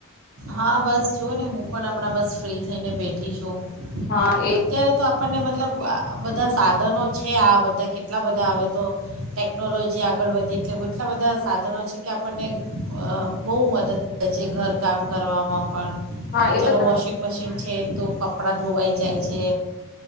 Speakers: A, on the right (about 65°); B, on the left (about 45°).
A: હા બસ જો ને હું પણ હમણાં બસ ફ્રી થઈને બેઠી છું.
B: હા એ
A: અત્યારે તો આપ આપણને મતલબ બધા સાધનો છે આ બધા કેટલા બધા હવે તો, ટેકનોલોજી આગળ વધી એટલે એટલા બધા સાધનો છે કે આપણને બહુ મદદ થે છે ઘર કામ કરવામાં પણ.
B: હા
A: કે
B: એ
A: ચાલો
B: તો તમે
A: વોશિંગ મશીન છે. છે તો કપડાં ધોવાઈ જાય છે,